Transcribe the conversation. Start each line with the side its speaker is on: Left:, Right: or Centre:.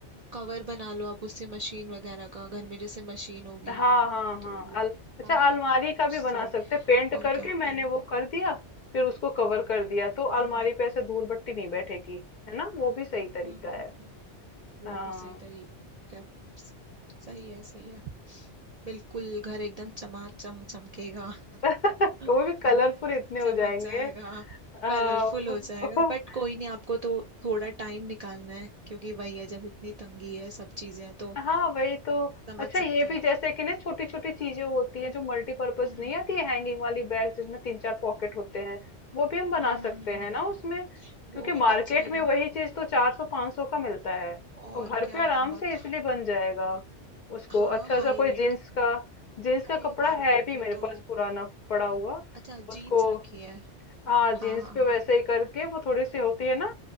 Right: कवर बना लो आप उससे मशीन वगैरह का घर में जैसे मशीन होगी
Left: हाँ हाँ हाँ
Right: तो
Left: अल, अच्छा
Right: है ना
Left: अलमारी का
Right: उससे
Left: भी बना सकते पेंट
Right: और
Left: करके
Right: क्या होता
Left: मैंने
Right: है
Left: वो कर दिया फिर उसको कवर कर दिया तो
Right: हाँ
Left: अलमारी
Right: हाँ
Left: पे ऐसे धूल बट्टी नहीं बैठेगी है ना वो भी सही तरीका
Right: हम्म
Left: है
Right: हम्म हम्म। वो
Left: हाँ
Right: भी सही तरीका है सही है सही है बिल्कुल घर एकदम चमाचम चमकेगा
Left: <laughs>
Right: <laughs>
Left: वो भी कलरफुल इतने हो
Right: चमक
Left: जाएंगे
Right: जाएगा
Left: हाँ
Right: कलरफुल हो जाएगा बट
Left: <laughs>
Right: कोई नहीं आपको तो थोड़ा टाइम निकालना है क्योंकि वही है जब इतनी तंगी है सब चीजें हैं तो
Left: हाँ वही तो
Right: समझ
Left: अच्छा
Right: सकते
Left: ये
Right: हैं
Left: भी जैसे कि ना छोटी छोटी चीजें होती हैं जो मल्टीपर्पज
Right: हम्म
Left: नहीं आती है हैंगिंग वाली बैग जिसमें तीन चार पॉकेट होते हैं वो भी हम बना
Right: हम्म हम्म
Left: सकते
Right: हम्म, हम्म।
Left: हैं
Right: हम्म।
Left: ना उसमें क्योंकि
Right: वो भी
Left: मार्केट
Right: बन जाएगा
Left: में वही चीज तो चार सौ पांच सौ का मिलता है
Right: और
Left: और घर
Right: क्या
Left: पे आराम
Right: बहुत
Left: से इसलिए बन जाएगा उसको
Right: हाँ
Left: अच्छा
Right: हाई
Left: सा कोई
Right: रेट
Left: जीन्स का जीन्स का
Right: अरे
Left: कपड़ा
Right: मार्केट
Left: है भी
Right: में
Left: मेरे
Right: तो
Left: पास पुराना पड़ा हुआ
Right: अच्छा
Left: उसको
Right: जीन्स रखी है
Left: हाँ जीन्स
Right: हाँ हाँ
Left: पे वैसे
Right: हाँ
Left: ही करके वो थोड़ी सी होती है ना